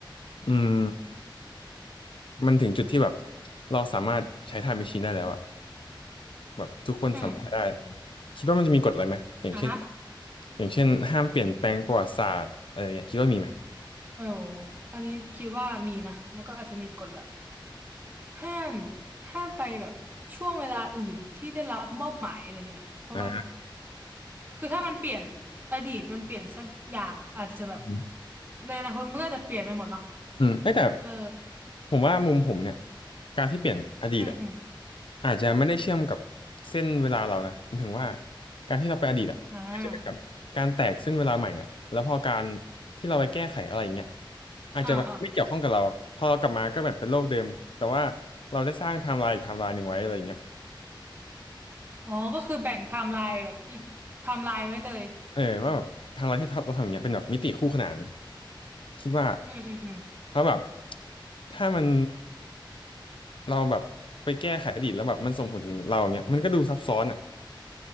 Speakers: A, on the left; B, on the right.
A: อืมมันถึงจุดที่แบบเราสามารถใช้ไทม์แมชชีนได้แล้วอะแบบทุกคนสามารถใช้ได้
B: อืม
A: คิดว่ามันจะมีกฎอะไรไหมอย่างเช่น
B: อ่ะฮะ
A: อย่างเช่นห้ามเปลี่ยนแปลงประวัติศาสตร์อะไรอย่างเงี้ยคิดว่ามีไหม
B: เอออันนี้คิดว่ามีนะแล้วก็อาจจะมีกฎแบบห้ามห้ามไปแบบช่วงเวลาอื่นที่ได้รับมอบหมายอะไรเงี้ยเพราะว่าแบบ
A: อ่า
B: คือถ้ามันเปลี่ยนอดีตมันเปลี่ยนสักอย่างอะอาจจะแบบ
A: อืม
B: ในอนาคตมันก็จะเปลี่ยนไปหมดเนาะ
A: เอ้ยแต่
B: เออ
A: ผมว่ามุมผมเนี่ยการที่เปลี่ยนอดีตอะ
B: อืมอืม
A: อาจจะไม่ได้เชื่อมกับเส้นเวลาเรานะหมันถึงว่าการที่เราไปอดีตอะอาจจะเป็นแบบการแตกเส้นเวลาใหม่อะแล้วพอการ
B: อ่า
A: ที่เราไปแก้ไขอะไรอย่างเงี้ยอาจจะแบบไม่เกี่ยวข้องกับเราพอเรากลับมาก็แบบเป็นโลกเดิมแต่ว่าเราได้สร้างไทม์ไลน์อีกไทม์ไลน์หนึ่งไว้อะไรอย่างเงี้ย
B: อ่าอ่าอ๋อก็คือแบ่งไทม์ไลน์แบบอีกไทม์ไลน์ไว้เลย
A: เออว่าแบบทางเราที่เราทำอย่างเงี้ยเป็นแบบมิติคู่ขนานคิดว่า
B: อืมอืมอืม
A: เพราะแบบถ้ามันเราแบบไปแก้ไขอดีตแล้วแบบมันส่งผลถึงเราอย่างเงี้ยมันก็ดูซับซ้อนอ่ะ